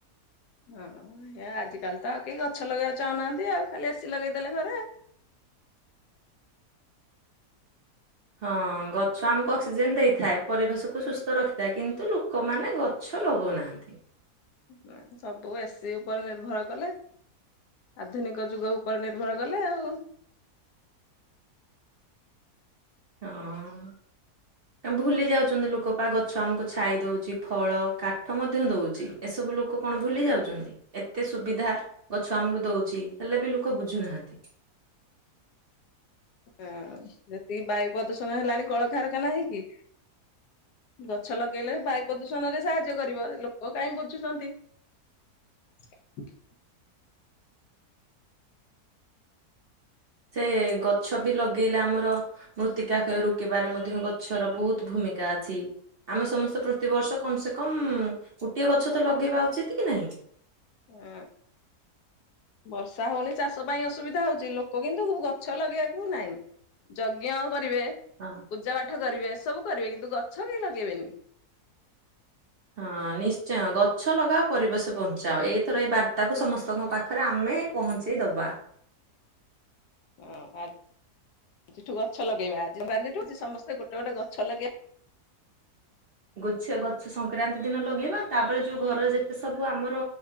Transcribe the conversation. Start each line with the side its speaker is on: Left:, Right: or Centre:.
Left: ହଁ ହେଆଜିକାଲିତ ଆଉ କେହି ଗଛ ଲଗେଇବାକୁ ଚାହୁଁନାହାନ୍ତି ଆଉ ଖାଲି ଏସିି ଲଗେଇଦେଲେ ଘରେ।
Right: ହଁ ଗଛ ଆମକୁ ଅକ୍ସିଜେନ ଦେଇଥାଏ ପରିବେଶକୁ ସୁସ୍ଥ ରଖିଥାଏ କିନ୍ତୁ ଲୁକମାନେ ଗ ଛ ଲଗଉ ନାହାଁନ୍ତି।
Left: ନା ସବୁ ଏସିି ଉପରେ ନିର୍ଭର କଲେ। ଆଧୁନିକ ଯୁଗ ଉପରେ ନିର୍ଭର କଲେ ଆଉ।
Right: ହଁ। ଭୁଲି ଯାଉଚନ୍ତି ଲୋକପା ଗଛ ଆମକୁ ଛାଇ ଦଉଚି ଫଳ କାଠ ମଧ୍ୟ ଦଉଚି। ଏସବୁ ଲୋକ କଣ ଭୁଲି ଯାଉଚନ୍ତି? ଏତେ ସୁବିଧା ଗଛ ଆମକୁ ଦଉଚି ହେଲେବି ଲୋକ ବୁଝୁନାହାନ୍ତି।
Left: ହଁ ଯେତିକି ବାୟୁ ପ୍ରଦୂଷଣ ହେଲାଣି କଳକାରଖାନା ହେଇକି ଗଛ ଲଗେଇଲେ ବାୟୁ ପ୍ରଦୂଷଣରେ ସାହାଯ୍ୟ କରିବ ଲୋକ କାଇଁ ବୁଝୁଚନ୍ତି। <inaudible>
Right: ସେ ଗଛ ବି ଲଗେଇଲେ ଆମର ମୃତ୍ତିକାକ୍ଷୟ ରୋକିବାରେ ମଧ୍ୟ ଗଛର ବହୁତ ଭୂମିକା ଅଛି। ଆମେ ସମସ୍ତେ ପ୍ରତିବର୍ଷ କମ୍ ସେ କମ୍ ଗୋଟିଏ ଗଛ ତ ଲଗେଇବା ଉଚିତ କି ନାଇଁ?
Left: ହଁ। ବର୍ଷା ହଉନି ଚାଷ ପାଇଁ ଅସୁବିଧା ହଉଚି ଲୋକ କିନ୍ତୁ ଗଛ ଲଗେଇବାକୁ ନାଇଁ। ଯଜ୍ଞ ଆଉ କରିବେ
Right: ହଁ।
Left: ପୂଜା ପାଠ କରିବେ ଏସବୁ କରିବେ କିନ୍ତୁ ଗଛ କେହି ଲଗେଇବେନି।
Right: ହଁ ନିଶ୍ଚୟ ଗଛ ଲଗାଅ ପରିବେଶ ବଞ୍ଚାଅ ଏଇଥର ଏଇ ବାର୍ତ୍ତାକୁ ସମସ୍ତଙ୍କ ପାଖରେ ଆମେ ପହଁଞ୍ଚେଇ ଦବା।
Left: ଉଁ ଆଜି ଠୁ ଗଛ ଲଗେଇବା ଆଜିଠୁ ଯେ ସମସ୍ତେ ଗୋଟେ ଗୋଟେ ଗଛ ଲଗେଇବା।
Right: ଗଛ ଗଛ ସଂକ୍ରାନ୍ତି ଦିନ ଲଗେଇବା ତାପରେ ଯୋଉ ଘର ଯେ ସେ ସବୁ ଆମର